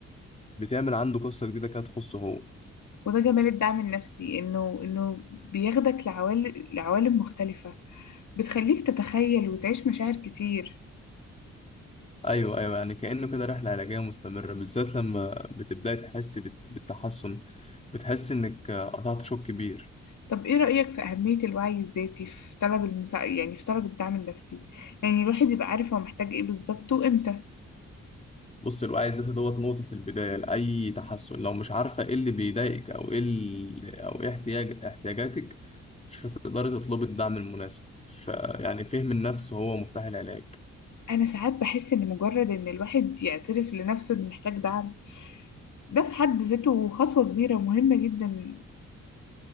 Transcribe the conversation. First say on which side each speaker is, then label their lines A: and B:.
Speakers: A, on the left; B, on the left.
A: بتعمل عنده قصة جديدة كده تخصه هو
B: وده جمال الدعم النفسي إنه إنه بياخدك لعوالم لعوالم مختلفة بتخليك تتخيل وتعيش مشاعر كتير
A: أيوة أيوة يعني كأنه كده رحلة علاجية مستمرة بالذات لما بتبدأي تحس بت... بالتحسن بتحس إنك قطعت شوط كبير
B: طب إيه رأيك في أهمية الوعي الذاتي في طلب المسا... يعني في طلب الدعم النفسي يعني الواحد يبقى عارف هو محتاج إيه بالظبط وإمتى
A: بص الوعي الذاتي دوت نقطة البداية لأي تحسن لو مش عارفة ايه اللي بيضايقك أو ايه ال- أو ايه احتياج احتياجاتك مش هتقدري تطلبي الدعم المناسب فيعني فهم النفس هو مفتاح العلاج
B: أنا ساعات بحس إن مجرد إن الواحد يعترف لنفسه إنه محتاج دعم ده في حد ذاته خطوة كبيرة ومهمة جدا